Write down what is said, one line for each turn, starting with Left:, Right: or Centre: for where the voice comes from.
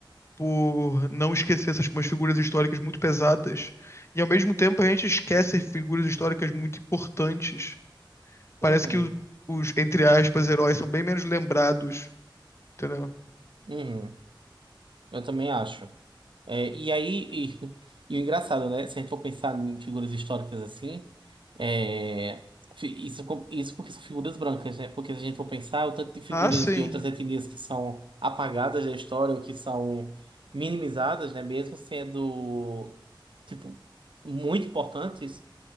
Left: por não esquecer essas umas figuras históricas muito pesadas. E ao mesmo tempo a gente esquece figuras históricas muito importantes. Parece
Right: Uhum,
Left: que o- os, entre aspas, heróis são bem menos lembrados, entendeu?
Right: uhum. Eu também acho. É, e aí, e, <laughs> e o engraçado, né? Se a gente for pensar em figuras históricas assim, é, fi- isso, com- isso porque são figuras brancas, né? Porque se a gente for pensar, o tanto de figuras
Left: Ah, sim.
Right: de outras etnias que são apagadas da história ou que são minimizadas, né? Mesmo sendo, tipo, muito importantes,